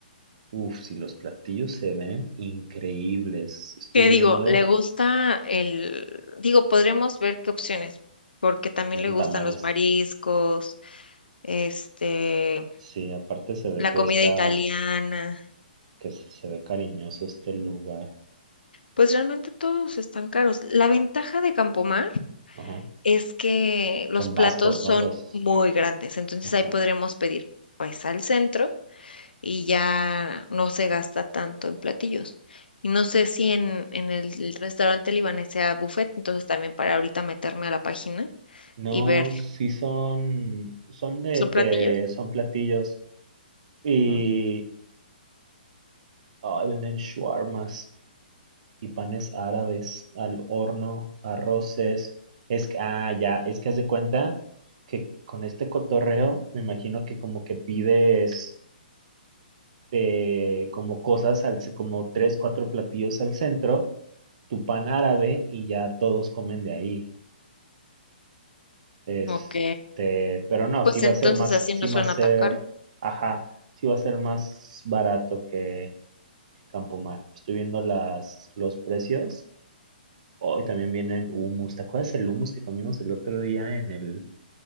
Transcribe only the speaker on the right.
uf, si los platillos se ven increíbles. Estoy
viendo,
eran
tamales.
Sí, aparte se ve
que
está,
que se ve cariñoso este lugar.
Ajá.
Son
vastos,
¿no? Los,
ajá.
No,
sí son, son de
que son platillos y
ay, venden shawarmas y panes árabes al horno, arroces. Es que, ah, ya, es que haz de cuenta que con este cotorreo me imagino que como que pides eh, como cosas, al, ce- como tres, cuatro platillos al centro, tu pan árabe y ya todos comen de ahí. Este,
pero no,
sí va
a ser más,
sí
va
a ser,
ajá, sí va a ser más barato que, que Campomar. Estoy viendo las, los precios. Hoy también vienen hummus. ¿Te acuerdas el hummus que comimos el otro día en el,